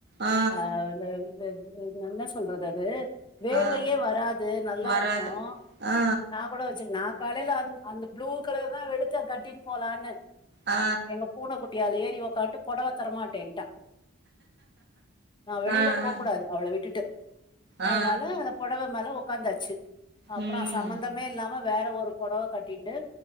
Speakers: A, on the right; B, on the left.
A: ஆ
B: அ ந் இது இல்ல இத் இது என்ன சொல்றது அது வேர்வையே
A: ஆ
B: வராது நல்லா
A: வராது
B: இருக்கோ
A: ஆ
B: நா கூட வெச்சுருக் நா காலைல அந்த அந்த ப்ளூ கலர் தா எடுத்த கட்டின் போலான்னு
A: ஆ ஆ
B: எங்க பூன குட் டி அதுல ஏறி ஒக்கான்ட்டு பொடவ தரமாட்டேன்ட்டா நா வெளில
A: ஆ ஆ
B: போக்கூடாது
A: ஆ
B: அவள விட்டுட்டு
A: ஆ ஆ
B: அதனால பொடவ மேல ஒ ஒக்காந்தாச்சு அப்றோ
A: ம்
B: சம்மந்தமே இல்லாம வேற ஒரு பொடவ கட்டின்டு